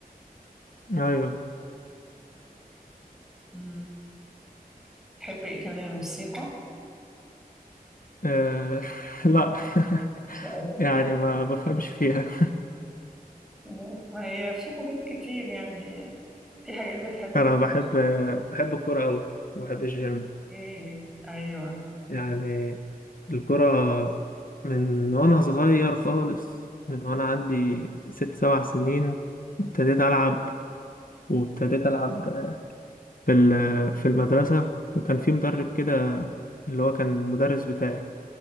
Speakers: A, on the left; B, in the centre.
A: ايوه
B: مم. تحب ايه كمان موسيقى
A: آه... <laughs> لا
B: شقاوي
A: <laughs> يعني ما بفهمش فيها
B: آه، <laughs> ما هي في حاجات كتير يعني في حاجات بتحب
A: انا
B: ت-
A: بحب بحب الكرة اوي وبحب الجيم
B: ايه ايوه
A: يعني الكرة من وانا صغير خالص من وانا عندي ست سبع سنين وابتديت العب وابتديت العب في ال- في المدرسة وكان في مدرب كده اللي هو كان المدرس بتاعي